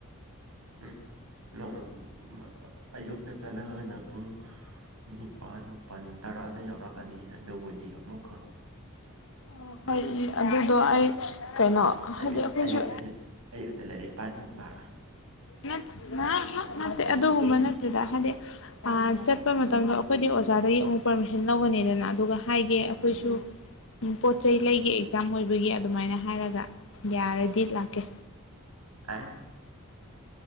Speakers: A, on the right; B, on the left.
A: ꯎꯝ ꯅꯣꯝꯃ ꯑꯌꯨꯛꯇ ꯆꯠꯂꯒꯅ ꯄꯨꯡ ꯅꯤꯄꯥꯜ ꯃꯥꯄꯜ ꯇꯔꯥꯗ ꯌꯧꯔꯛ <unintelligible> ꯑꯗꯨꯕꯨꯗꯤ ꯑꯃꯨꯛ
B: ꯑꯣ ꯍꯣꯏ ꯑꯗꯨꯗꯣ ꯑꯩ ꯀꯩꯅꯣ ꯍꯥꯏꯗꯤ
A: ꯑꯌꯨꯛ
B: ꯑꯩꯈꯣꯏꯁꯨ
A: ꯑꯌꯨꯛꯇ ꯑꯌꯨꯛꯇ ꯂꯥꯏꯔꯤꯛ ꯄꯥꯅꯤꯡꯕ
B: ꯅꯠ <unintelligible> ꯅꯠꯇꯦ ꯑꯗꯨꯒꯨꯝꯕ ꯅꯠꯇꯦꯗ ꯍꯥꯏꯗꯤ ꯆꯠꯄ ꯃꯇꯝꯗ ꯑꯩꯈꯣꯏꯗꯤ ꯑꯣꯖꯥꯗꯒꯤ ꯑꯃꯨꯛ ꯄꯔꯃꯤꯁꯟ ꯂꯧꯒꯅꯤꯗꯅ ꯑꯗꯨꯒ ꯍꯥꯏꯒꯦ ꯑꯩꯈꯣꯏꯁꯨ
A: ꯎꯝ
B: ꯄꯣꯠ ꯆꯩ ꯂꯩꯒꯦ ꯑꯦꯛꯖꯥꯝ ꯑꯣꯏꯕꯒꯤ ꯑꯗꯨꯃꯥꯏꯅ ꯍꯥꯏꯔꯒ ꯌꯥꯔꯗꯤ ꯂꯥꯛꯀꯦ
A: ꯑ